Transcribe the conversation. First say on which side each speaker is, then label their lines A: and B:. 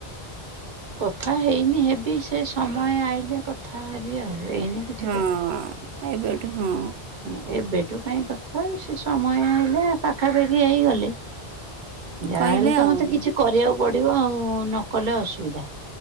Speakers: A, on the right; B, on the right.
A: କଥା ହେଇନି ହେବି। ସେ ସମୟ ଆଇିଲେ କଥା ହେବି ଆଉ। ଏଇନେ କିଛି
B: ହଁ। ଏବେଠୁ ହଁ।
A: ହ। ଏବେଠୁ କାହିଁ କଥା ହେବେ। ସେ ସମୟ ଆଇଲେ ପାଖାପାଖି ହେଇଗଲେ। ଯାହାହେଲେ
B: କହିବେ
A: ତ
B: ଆଉ
A: ମତେ କିଛି କରିୟାକୁ ପଡିବ। ଆଉ ନକଲେ ତ ଅସୁବିଧା।